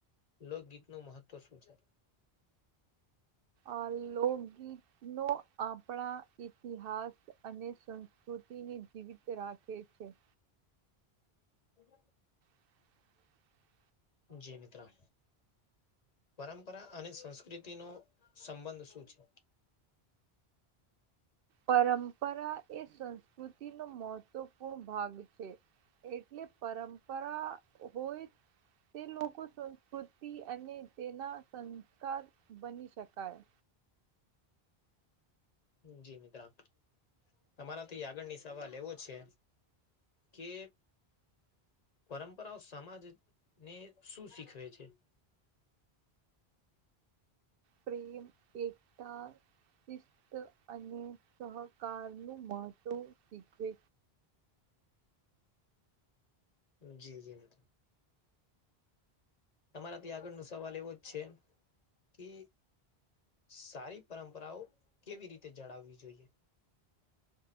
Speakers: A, on the left (about 40°); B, on the right (about 65°).
A: લોકગીત નું મહત્વ શું છે
B: આ લોકગીત નો આપણા ઇતિહાસ અને સંસ્કૃતિને જીવિત રાખે છે
A: હ
B: <inaudible>
A: જી મિત્રા પરંપરા અને સંસ્કૃતિ નો સંબંધ શું છે
B: પરંપરા એ સંસ્કૃતિનો મહત્વપૂર્ણ ભાગ છે એટલે પરંપરા હોય તે લોકો સંસ્કૃતિ અને તેના સંસ્કાર બની શકાય
A: જી મિત્રા તમારા થી આગળની સવાલ લ એવો છે કે પરંપરાઓ સમાજ ને શું શીખવે છે
B: પ્રેમ એકગતા શિસ્ત અને સહકારનું મહત્વ શીખવે
A: જી જી મમ તમારાથી આગળ ન સવાલ એવો જ છે કે સારી પરંપરાઓ કેવી રીતે જળાવવી જોઈએ